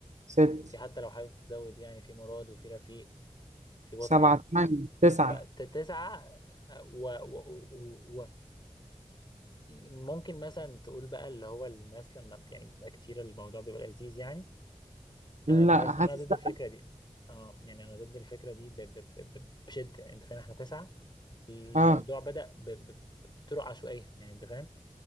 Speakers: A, on the right (about 70°); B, on the left (about 35°).
A: ستة
B: في حتى لو حابب تزود يعني في مراد وفي رفيق في بطة
A: سبعة ثمانية تسعة
B: فتسعة و, و, و, و ممكن مثلا تقول بقى اللي هو الناس لما بت- يعني بتبقى كتير الموضوع بيبقى لذيذ يعني
A: لا
B: آه، بس
A: حاسس
B: انا ضد الفكرة
A: لا
B: دي اه يعني انا ضد الفكرة دي ب- ب- ب- ب- بشدة يعني انت فاهم احنا تسعة الموضوع
A: اه
B: بدأ ب... ب... بطرق عشوائية يعني انت فاهم